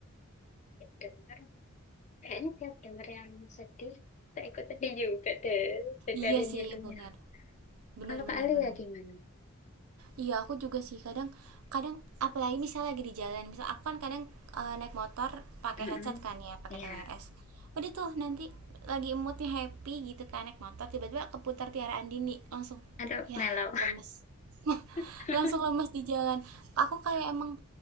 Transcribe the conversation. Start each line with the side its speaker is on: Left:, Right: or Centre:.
Left: Dengar, <laughs> kayaknya tiap denger yang sedih, saya ikut sedih juga deh. Jadi
Right: Iya
Left: ada nyilunya.
Right: sih, benar. Benar
Left: Kalau Kak
Right: benar
Left: Ali
Right: benar.
Left: ya gimana?
Right: Iya, aku juga sih kadang kadang apalagi misal lagi di jalan, misal aku kan kadang eh, naik motor pakai
Left: Mm-mm.
Right: headset kan ya, pakai
Left: Iya,
Right: TWS. Udah tuh nanti lagi moodnya happy gitu kan naik motor tiba-tiba keputar Tiara Andini langsung
Left: aduh
Right: ya
Left: mellow.
Right: lemes. <laughs>
Left: <laughs>
Right: Langsung lemes di jalan. Aku kayak emang